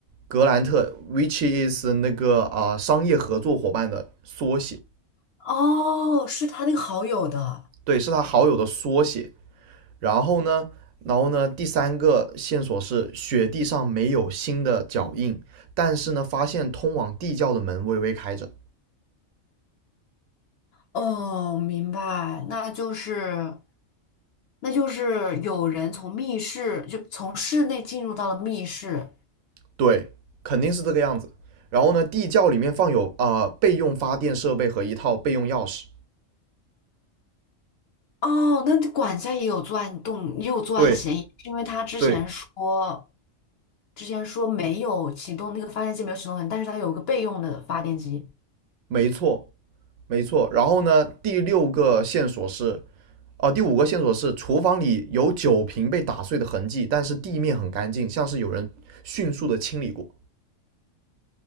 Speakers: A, on the right; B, on the left.
A: 格兰特，which is 那个啊、呃商业合作伙伴的缩写，
B: 哦，是他那个好友的。
A: 对，是他好友的缩写。然后呢，然后呢，第三个线索是雪地上没有新的脚印，但是呢，发现通往地窖的门微微开着。
B: 哦，明白，那就是，那就是有人从密室，就从室内进入到了密室。
A: 对，肯定是这个样子。然后呢，地窖里面放有呃备用发电设备和一套备用钥匙。
B: 哦，那管家也有作案动，也有作案嫌疑，
A: 对
B: 是因为他之前说，
A: 对，
B: 之前说没有启动那个发电机，没有启动很，但是他有个备用的发电机，
A: 没错没错。然后呢，第六个线索是，呃，第五个线索是厨房里有酒瓶被打碎的痕迹，但是地面很干净，像是有人迅速的清理过。